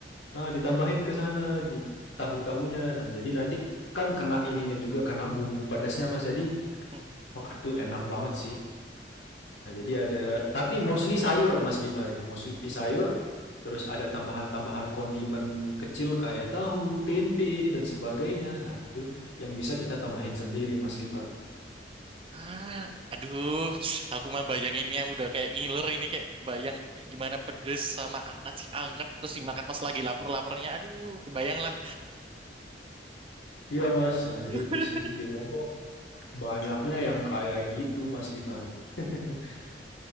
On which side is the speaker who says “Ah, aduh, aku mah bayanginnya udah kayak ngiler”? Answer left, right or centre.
Right